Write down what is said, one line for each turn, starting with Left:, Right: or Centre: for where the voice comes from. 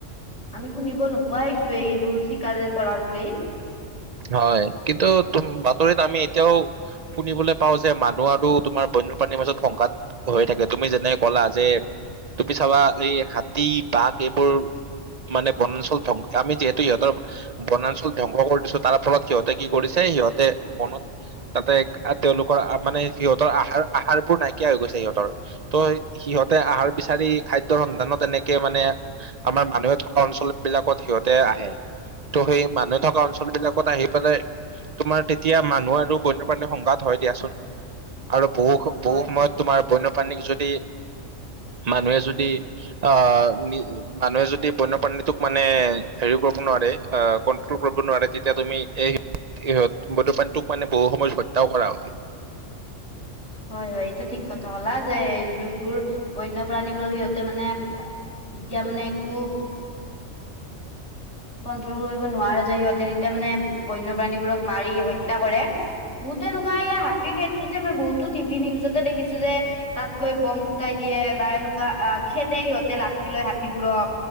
Left: আমি শুনিব নোপোৱাইছোৱে এইবোৰ চীকাৰ কৰা বুলি।
Right: হয় কিন্তু তুম বাতৰিত আমি এতিয়াও শুনিবলৈ পাও যে মানুহ আৰু তোমাৰ প্ৰণীৰ মাজত সংকাত হৈ থাকে তুমি যেনে ক'লা যে তু পি চাবা এই হাতী বাঘ এইবোৰ মানে বনাঞ্চল ধং আমি যিহেতু সিহতৰ বনাঞ্চল ধ্বংস কৰি দিছো। তাৰ ফলত সিহতে কি কৰিছে সিহতে মনত তাতে তেওলোকৰ মানে সিহতৰ আহাৰ আহাৰবোৰ নাইকিয়া হৈ গৈছে সিহতৰ ত' সিহতে আহাৰ বিচাৰি খাদ্যয়ৰ সন্ধানত এনেকে মানে আমাৰ মানুহে থকা অঞ্চল বিলাকত সিহতে আহে ত সেই মানুহে থকা অঞ্চল বিলাক আহি পেলাই তোমাৰ তেতিয়া মানুহ আৰু বন্যপ্ৰাণীৰ সংঘাত হয় দিয়াচোন। আৰু বহু -
Left: হয়
Right: বহু সময়ত তোমাৰ বন্যপ্ৰাণীক যদি মানুহে যদি আহ, মানুহে যদি বন্যপ্ৰাণীটোক মানে হেৰি কৰিব নোৱাৰে কন্ট্ৰল কৰিব নোৱাৰে তেতিয়া এতিয়া তুমি ইহত বন্যপ্ৰাণীটোক মানে বহু সময় হত্যাও কৰা হয়।
Left: হয় - হয় এইটো ঠিক কথা কলা যে যোনবোৰ বন্যপ্ৰাণী বো সিহত মানে যেতিয়া মানে একো। কন্ট্ৰল কৰিব নোৱাৰে যে সিহতে তেতিয়া মানে বন্যপ্ৰাণীবোৰক মাৰি হত্যা কৰে। বহুতে এনেকুৱা স ক্ষেত্ৰতে মই বহুতো টিভি নিউজতে দেখিছো যে তাত গৈ বম ফুটাই দিয়ে বা এনেকুৱা খেদে সিহতে লাঠি লয় হাতীবোৰক